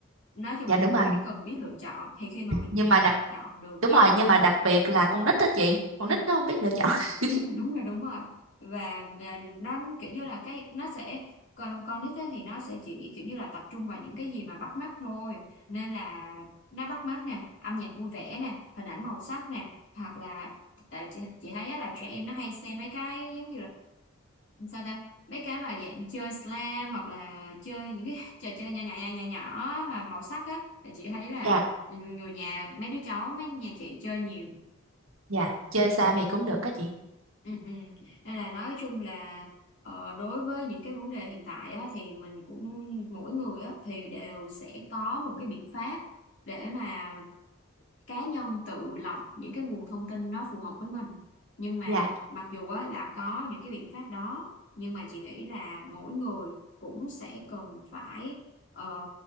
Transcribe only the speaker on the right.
dạ
đúng
rồi
nhưng
mà đặc
đúng
rồi nhưng mà đặc biệt là con nít đó chị con
nít nó không biết lựa chọn
<laughs>
dạ
dạ chơi xa thì cũng được đó chị
dạ